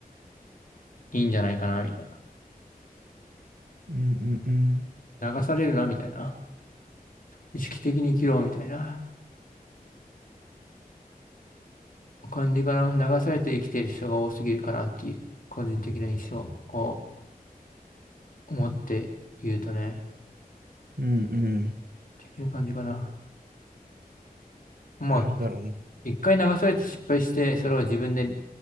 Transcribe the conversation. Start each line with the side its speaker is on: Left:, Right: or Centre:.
Left: いいんじゃないかな、みたいな。
Right: うんうんうん。
Left: 流されるな、みたいな。意識的に生きろ、みたいな感じかな。流されて生きている人が多すぎるかなっていう、個人的な印象を持って言うとね、
Right: うんうん。
Left: 的な感じかな。まあ
Right: なんだろうね
Left: 一回流されて失敗して、それを自分で